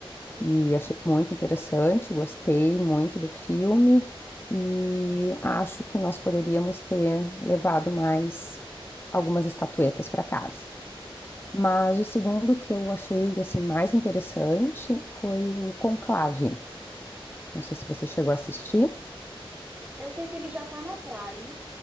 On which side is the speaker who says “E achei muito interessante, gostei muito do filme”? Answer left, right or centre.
Left